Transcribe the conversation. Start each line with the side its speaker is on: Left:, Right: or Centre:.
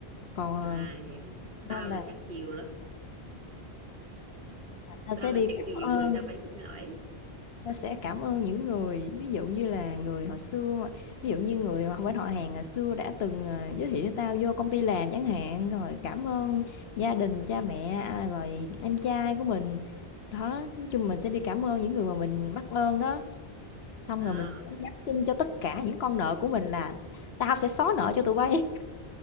Left: Còn ờ,
Right: à vậy hả tao
Left: nên là
Right: là chắc nhiều lắm
Left: tao
Right: tao
Left: sẽ
Right: là
Left: đi
Right: chắc
Left: cảm
Right: nhiều
Left: ơn
Right: người tao phải xin lỗi
Left: Nó sẽ cảm ơn những người, ví dụ như là người hồi xưa mà ví dụ như người mà bên họ hàng hồi xưa đã từng, ờ, giới thiệu cho tao vô công ty làm chẳng hạn, rồi cảm ơn gia đình, cha mẹ, à, rồi em trai của mình. Đó, nói chung mình sẽ đi cảm ơn những người mà mình mắc ơn đó, xong
Right: à,
Left: rồi mình sẽ nhắn tin cho tất cả những con nợ của mình là "Tao sẽ xóa nợ cho tụi bay." <laughs>